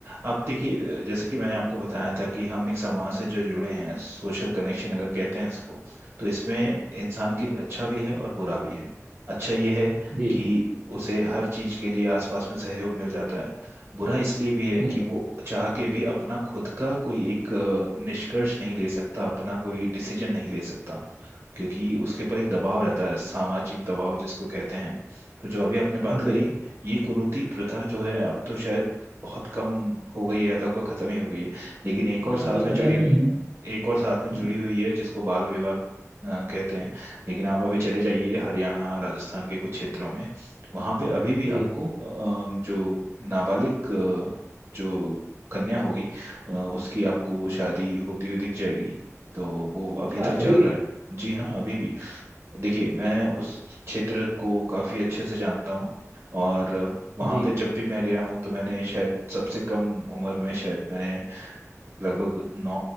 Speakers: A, on the right (about 55°); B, on the right (about 30°).
A: अब देखिए अ, जैसे कि मैंने आपको बताया था कि हम एक समाज से जो जुड़े हैं सोशल कनेक्शन अगर कहते हैं इसको तो इसमें इंसान के लिए अच्छा भी है और बुरा भी है अच्छा ये है
B: जी
A: कि उसे हर चीज के लिए आसपास में सहयोग मिल जाता है बुरा इसलिए भी है
B: हम्म
A: कि वो चाह के भी अपना खुद का कोई एक अ, निष्कर्ष नहीं ले सकता अपना कोई डिसीजन नहीं ले सकता क्योंकि उसके ऊपर एक दबाव रहता है सामाजिक दबाव जिसको कहते हैं तो जो अभी आपने बात करी
B: बिल्कुल
A: ये कुरीति प्रथा जो है अब तो शायद बहुत कम हो गई है लगभग खत्म ही हो गई है लेकिन एक
B: नहीं
A: और साथ
B: अब तो
A: में जुड़ी
B: खत्म ही
A: हुई
B: है
A: एक और साथ में जुड़ी
B: हम्म,
A: हुई है जिसको बाल विवाह अ, कहते हैं लेकिन आप अभी चले जाइए हरियाणा राजस्थान के कुछ क्षेत्रों में वहां पे अभी भी
B: जी
A: आपको अ, जो नाबालिग अ, जो कन्या होगी अ, उसकी आपको शादी होती हुई दिख जाएगी तो वो
B: अच्छा
A: अभी तक चल
B: अभी भी
A: रहा है जी हाँ अभी भी देखिए मैं उस क्षेत्र को काफ़ी अच्छे से जानता हूँ और वहाँ
B: जी
A: पे जब भी मैं गया हूँ तो मैंने शायद सबसे कम उम्र में शायद मैंने लगभग नौ